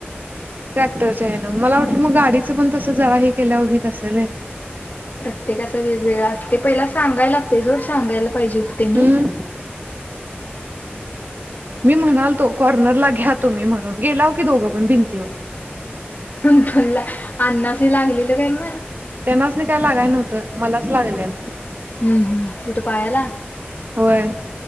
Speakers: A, on the right; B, on the left.
A: ट्रॅक्टरच्या हेनं मला वाटलं मग गाडीचं पण तस जरा हे केल्याव व्हीत असंल.
B: प्रत्येकाचा वेगवेगळा असते पहिला सांगाय लागतंय गं सांगायला पाहिजे होत त्यांनी.
A: हम्म मी म्हणालतो कॉर्नरला घ्या तुम्ही म्हणून गेलाव की दोघंपण भिंतीवर.
B: हम्म फला अण्णासनी लागलेलं काय मग?
A: त्यांनासनी काय लागाय नव्हतं मलाच लागलेलं.
B: हम्म हम्म कुठं पायाला.
A: होय